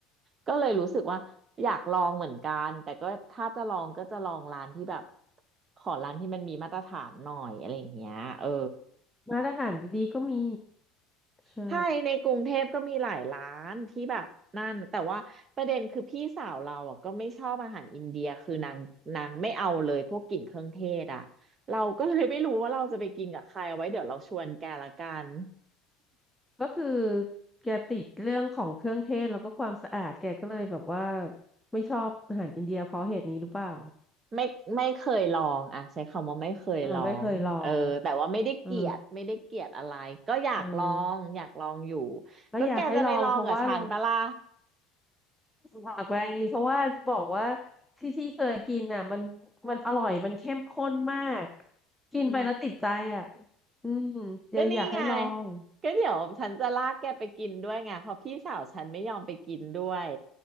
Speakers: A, on the right (about 40°); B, in the centre.
A: ก็เลยรู้สึกว่าอยากลองเหมือนกันแต่ก็ถ้าจะลองก็จะลองร้านที่แบบขอร้านที่มันมีมาตรฐานหน่อยอะไรเงี้ยเออ
B: ร้านอาหารดีๆก็มีใช่
A: ใช่ในกรุงเทพก็มีหลายร้านที่แบบนั่นแต่ว่าประเด็นคือพี่สาวเราอ่ะก็ไม่ชอบอาหารอินเดียคือนางนางไม่เอาเลยพวกกลิ่นเครื่องเทศอ่ะเราก็เลยไม่รู้ว่าเราจะไปกินกับใครเอาไว้เดี๋ยวเราชวนแกละกัน
B: ก็คือแกติดเรื่องของเครื่องเทศแล้วก็ความสะอาดแกก็เลยแบบว่าไม่ชอบอาหารอินเดียเพราะเหตุนี้หรือเปล่า
A: ไม่ไม่เคยลองอ่ะใช้คำว่าไม่เคยลองเออแต่ว่าไม่ได้เกลียดไม่ได้เกลียดอะไรก็อยากลองอยากลองอยู่
B: อ่าไม่เคยลองเออเออแล้วอยากให้ลองเพราะว่าเรา
A: ก็แกจะไปลองกับฉันปะล่ะ
B: ฝากไปเพราะว่าบอกว่าที่ที่เคยกินอ่ะมันมันอร่อยมันเข้มข้นมากกินไปแล้วติดใจอ่ะ
A: อืม
B: อืมจะอยากให้ลอง
A: ก็นี่ไงก็เดี๋ยวฉันจะลากแกไปกินด้วยไงเพราะพี่สาวฉันไม่ยอมไปกินด้วย